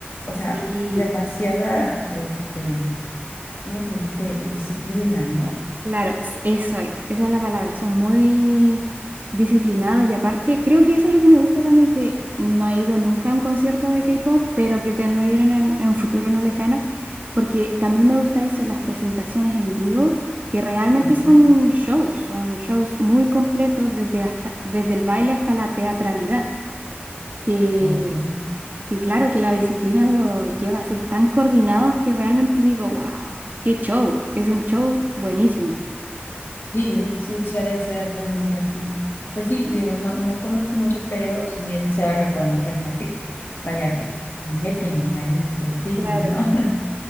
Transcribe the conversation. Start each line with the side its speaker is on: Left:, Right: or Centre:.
Left: o
Right: sí.
Left: sea, demasiada, este alguien se disciplina, ¿no?
Right: Claro, s- eso es, esa es la palabra, son muy disciplinados y aparte, creo que eso es lo que me gusta también, que no he ido nunca a un concierto de K-pop, pero pretendo ir en, el- en un futuro no lejano, porque también me gusta eso, las presentaciones en vivo, que realmente
Left: Ujú.
Right: son shows, son shows muy completos desde, hasta, desde el baile hasta la teatralidad, que,
Left: Ok.
Right: que claro que la disciplina lo lleva a ser tan coordinados que realmente digo, wow, qué show, es un show buenísimo.
Left: Sí, sí, se ha de ser realmente así. Pues sí, digo, no, no conozco mucho, pero sí se ha de reconocer, ¿no? Que vaya, le le meten ahí su feeling,
Right: Claro.
Left: ¿no? <laughs>